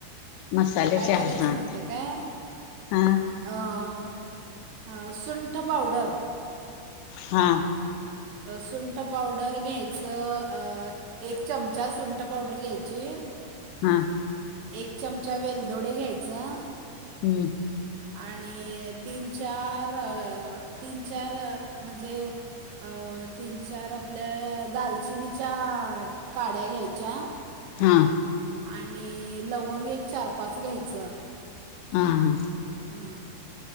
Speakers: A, on the left; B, on the right.
A: मसाले
B: कायं
A: चहा
B: करायचं
A: हा
B: माहित आहे कायं
A: हा
B: अं सुंठ पावडर
A: हां
B: सुंट पावडर घ्यायचं अं एक चमचा सुंट पावडर घ्यांयची
A: हां
B: एक चमचा वेलदोडे घ्यायचं
A: हम्मं
B: आणि तीनं चार तीनं चार म्हणजे. अं तीनं चार आपल्या दालचिनीच्या कांड्या घ्यांयच्या. च्या
A: हा
B: आणि लवंग एक चार पांच घ्यांयची. चं
A: हम्म
B: हम्मं